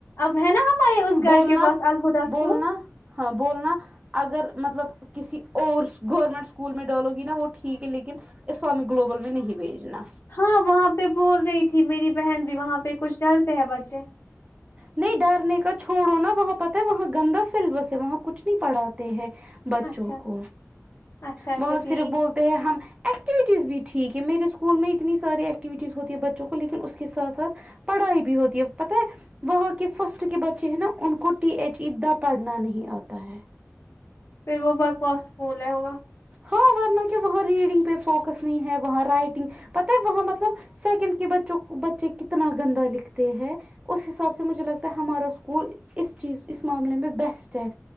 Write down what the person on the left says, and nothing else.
اب ہے نا ہمارے اس گھر
کے پاس الہدہ اسکول
ہاں وہاں پے بول رہی تھی میری بہن بھی وہاں پے کچھ ڈرتے ہیں بچے
اچھا
اچھا اچھا
ٹھیک
پھر وہ بکواس اسکول ہے ہوگا